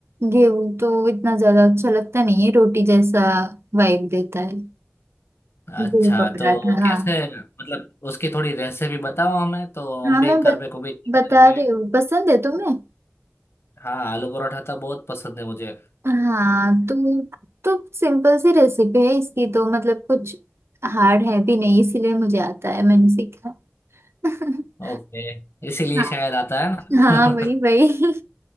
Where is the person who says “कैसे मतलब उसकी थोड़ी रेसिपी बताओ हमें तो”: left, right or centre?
Left